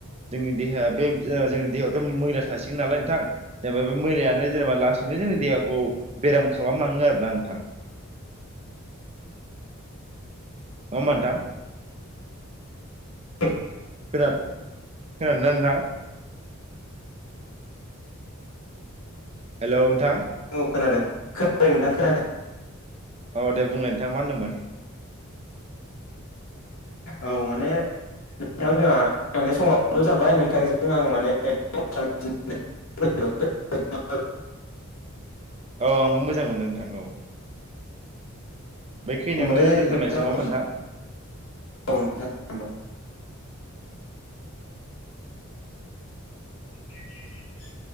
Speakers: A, on the right; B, on the left.
A: जोंनि देहाया बे ओ-जोंनि देहायावथ' मैला थासिगोन नालाय नोंथां जेनेबा बे मैलायानो जेनेबा लासैनो जोंनि देहाखौ बेराम खालामलाङो आरो ना नोंथां। <unintelligible> अ मोनथां।
B: <unintelligible>
A: खोनाद-खोनादों ना नोंथां? हेल' नोंथां।
B: औ खोनादों नोंदाथां खोनादों।
A: अ दे बुंलाय नोंथां मा होनदोंमोन?
B: औ माने। नोंथां जोंहा माने समावथ' जाबाय नोंथांजों आं माने गोबां बाथ्रा मिथिनानै। <unintelligible>
A: औ आंबो मोजां मोनदों नोंथां औ। बे खिनियावनो
B: नोंथां
A: दोन्थ'लायसै नङाहोनबा
B: औ
A: नोंथा?
B: नोंथां
A: औ।
B: <unintelligible>